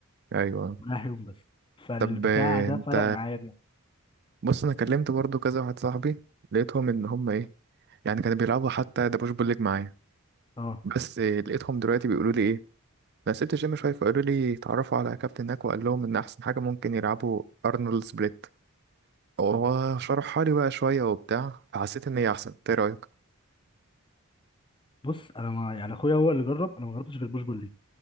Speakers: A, on the right (about 50°); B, on the left (about 20°).
A: ايوه
B: رايح يوم بس فالبتاع
A: طب آه،
B: ده
A: انت
B: فرق معايا جامد
A: بص انا كلمت برضو كذا واحد صاحبي لقيتهم ان هم ايه يعني كانوا بيلعبوا حتى دبوش بوليج معايا
B: اه
A: بس آه، لقيتهم دلوقتي بيقولوا لي ايه انا سبت الجيم شويه فقالوا لي اتعرفوا على كابتن هناك وقال لهم ان احسن حاجه ممكن يلعبوا ارنولد سبليت هو شرحها لي بقى شويه وبتاع فحسيت ان هي احسن إنت ايه رايك
B: بص انا ما يعني اخويا هو اللي جرب انا ما جربتش غير بوش بول ليج